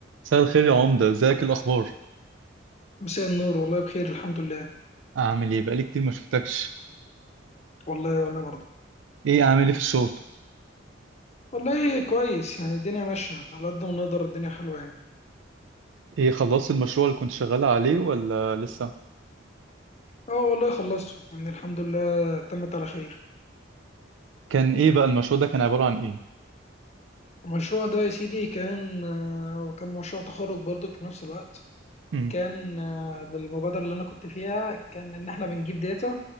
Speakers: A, on the right; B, on the left.
A: مساء الخير يا عمدة ازيك الاخبار
B: مساء النور والله بخير الحمد لله
A: اعمل ايه بقالي كتير ما شفتكش
B: والله وانا برضه
A: ايه اعمل ايه في الشغل
B: والله كويس يعني الدنيا ماشية على قد ما نقدر الدنيا حلوة يعني
A: ايه خلصت المشروع اللي كنت شغال عليه ولا لسه
B: اه والله خلصته يعني الحمد لله تمت على خير
A: كان ايه بقى المشروع ده كان عبارة عن ايه
B: المشروع ده يا سيدي كان آه، كان مشروع تخرج برضك في نفس الوقت
A: امم
B: كان آه، للمبادرة اللي انا كنت فيها كان ان احنا بنجيب داتا